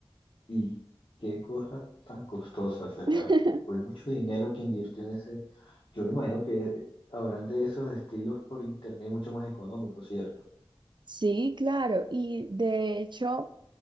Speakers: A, on the left; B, on the right.
A: Y qué cosa tan costosa, o sea,
B: <laughs>
A: fu- fue, mucho dinero que invirtió en ese. Yo me imagino que habrán de esos estilos por internet mucho más económicos, ¿cierto?
B: Sí, claro. Y de hecho...